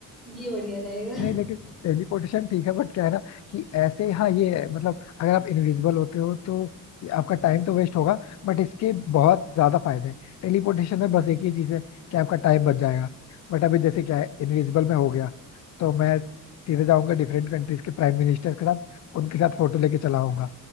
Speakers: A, in the centre; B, on the left.
A: ये बढ़िया रहेगा <laughs>
B: नहीं लेकिन टेलीपोर्टेशन ठीक है बट क्या है ना कि ऐसे हाँ ये है मतलब अगर आप इनविजिबल होते हो तो ये आपका टाइम तो वेस्ट होगा बट इसके बहुत ज्यादा फायदे हैं टेलीपोर्टेशन में बस एक ही चीज है कि आपका टाइम बच जाएगा बट अभी जैसे क्या है इनविजिबल में हो गया तो मैं सीधे जाऊंगा डिफरेंट कंट्रीज के प्राइम मिनिस्टर के साथ उनके साथ फोटो लेके चला आऊंगा